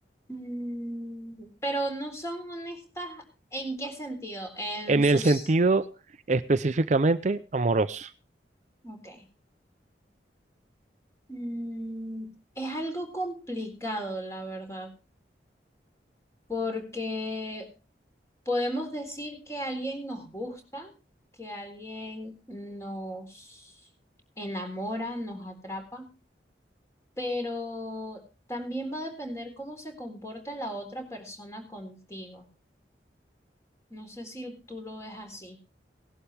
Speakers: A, on the left; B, on the right.
A: Mm, pero no son honestas, ¿en qué sentido? En
B: En
A: sus...
B: el sentido específicamente amoroso.
A: Ok. Mm, es algo complicado, la verdad, porque podemos decir que alguien nos gusta, que alguien nos enamora, nos atrapa, pero también va a depender cómo se comporta la otra persona contigo. No sé si tú lo ves así,